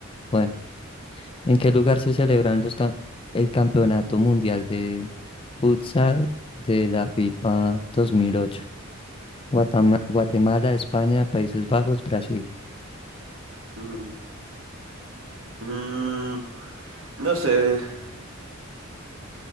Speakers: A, on the left; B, on the right.
A: bueno, ¿en qué lugar se celebran los cam- el Campeonato Mundial de Futsal de la FIFA 2008? Guatama- Guatemala, España, Países Bajos, Brasil.
B: mm, mm, no sé. <laughs>